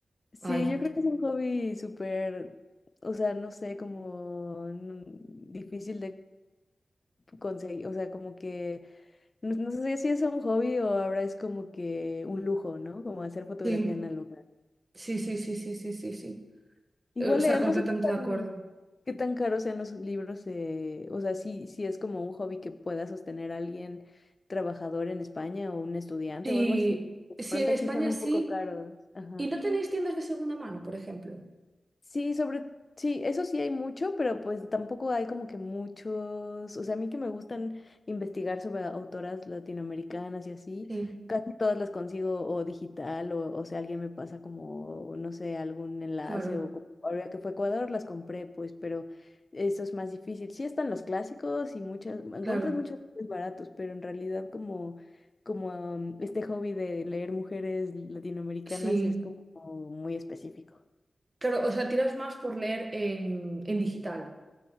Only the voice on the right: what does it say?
Ay,
sí.
Sí, sí, sí, sí, sí, sí, sí.
Eh, O sea,
completamente
de
acuerdo.
Sí,
sí,
en España
sí.
¿Y no tenéis tiendas de segunda mano, por ejemplo?
Sí,
claro,
claro,
sí.
Claro, o sea, tiras más por leer en, en digital.